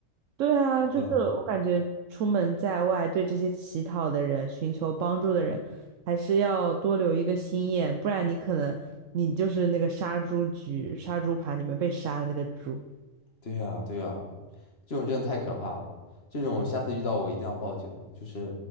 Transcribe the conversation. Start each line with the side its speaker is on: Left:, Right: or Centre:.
Right: 对啊，就是我感觉出门在外，
Left: 嗯，
Right: 对这些乞讨的人、寻求帮助的人，还是要多留一个心眼，不然你可能你就是那个杀猪局、杀猪盘里面被杀的那个猪。
Left: 对呀，对呀，这种真的太可怕了。这种下次遇到我一定要报警的就是